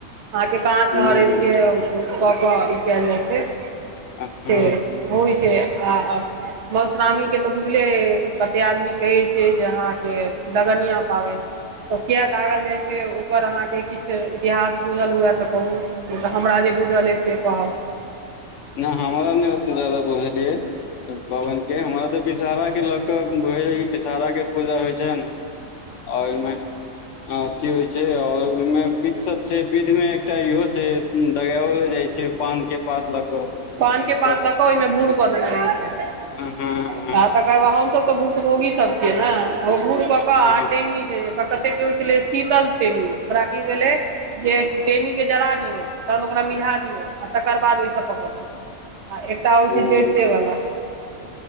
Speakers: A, on the right; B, on the left.
A: अहाँ के पांच
B: हूँ
A: हरैद के ओ कऽ कऽ ई काएल जाय छै।
B: आ ह
A: के होय छै आ आ मौश्रामणी के तऽ बुझले अय कते आदमी कहै छै जे अहाँ के दगनिया पाबैन। तऽ किया दागल जाय छै, ओकर अहाँ के किछ इतिहास बुझल हुआए तऽ कहु। नै तऽ हमरा जे बुझल अय से कहब।
B: नै हमरा नै ओते जादा बुझल या ओय पाबैन के, हमरा ते विषहारा के ल त भैर ई विषहारा के पूजा होय छै ना। अ ओय मे अथी होय छै और ओय मे विध सब छै। विध मे एकटा इहो छै उम्म दगाएलो जाय छै पान के पात लऽ कऽ
A: पान के पात
B: पर
A: लऽ कऽ ओय मे भूर कऽ देने रहैत छै।
B: हँ हँ हँ
A: आ तकर बाद हम सब तऽ भुक्तभोगी सब छियै नै ओ भुर क-क आ
B: हँ
A: टेमी जे एता कतेक के होय छलै शीतल टेमी, ओकरा की भेलै जे टेमी के जरा दियौ तहन ओकरा मिझा दियौ आ तकर बाद ओय से तब पकबियौ आ एकटा होय
B: हूँ
A: छै जड़ते वला।